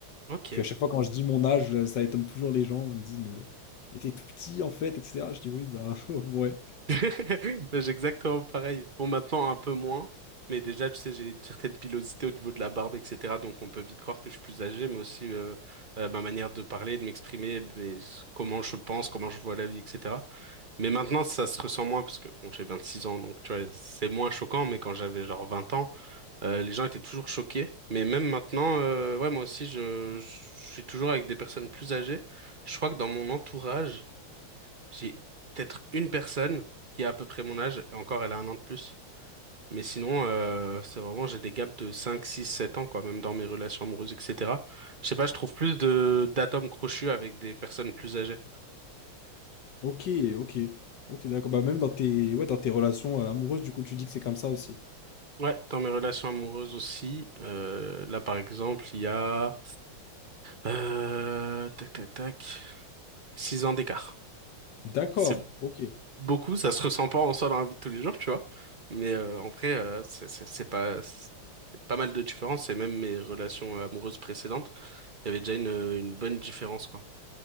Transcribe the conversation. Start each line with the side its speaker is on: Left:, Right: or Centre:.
Right: Ok.
Left: Puis à chaque fois, quand je dis mon âge, euh, ça étonne toujours les gens. Ils me disent, mais, mais t'es tout petit en fait, etc. Je dis, oui, bah, <laughs> ouais.
Right: <laughs> Ben, J'ai exactement pareil. Bon, maintenant, un peu moins. Mais déjà, tu sais, j'ai une certaine pilosité au niveau de la barbe, etc. Donc, on peut vite croire que je suis plus âgé, mais aussi euh, euh, ma manière de parler, de m'exprimer, mais s- comment je pense, comment je vois la vie, etc. Mais maintenant, ça se ressent moins, parce que bon, j'ai 26 ans, donc tu vois, c'est moins choquant. Mais quand j'avais genre 20 ans, euh, les gens étaient toujours choqués. Mais même maintenant, euh, ouais, moi aussi, je, je suis toujours avec des personnes plus âgées. Je crois que dans mon entourage, j'ai peut-être une personne qui a à peu près mon âge, et encore elle a un an de plus. Mais sinon, euh, c'est vraiment, j'ai des gaps de 5 6 7 ans, quoi, même dans mes relations amoureuses, etc. Je sais pas, je trouve plus de d'atomes crochus avec des personnes plus âgées.
Left: Ok, ok. Ok, d'accord. Bah, même dans tes, ouais, dans tes relations euh, amoureuses, du coup, tu dis que c'est comme ça aussi.
Right: Ouais, dans mes relations amoureuses aussi. euh, là, par exemple, il y a euh, tac, tac, tac, 6 ans d'écart.
Left: D'accord,
Right: C'est
Left: ok.
Right: beaucoup, ça se ressent pas en soi dans la vie de tous les jours, tu vois. Mais euh, en vrai, euh, c'est c'est- c'est pas c'est pas mal de différence et même mes relations amoureuses précédentes, il y avait déjà une, une bonne différence quoi.